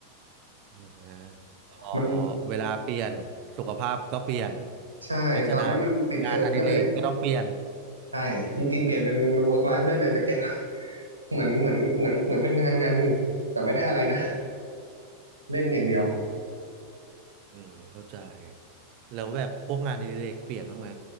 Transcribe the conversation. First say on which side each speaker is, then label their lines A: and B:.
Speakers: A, on the right; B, on the right.
A: ใช่ไหม
B: ๆมัน
A: พอเวลาเปลี่ยนสุขภาพก็เปลี่ยน
B: ใช่ตอนนั้นมันปิดเทอมก็เลย
A: เพราะฉะนั้นงานอดิเรกก็ต้องเปลี่ยน
B: ใช่จริงๆเปลี่ยนเป็น work life ได้เลยตะเกียะเหมือนเหมือนเหมือนเหมือนเป็นงานงานหนึ่งแต่ไม่ได้อะไรนะเล่นอย่างเดียว
A: อืมเข้าใจแล้วแบบพวกงานอดิเรกเปลี่ยนบ้างไหม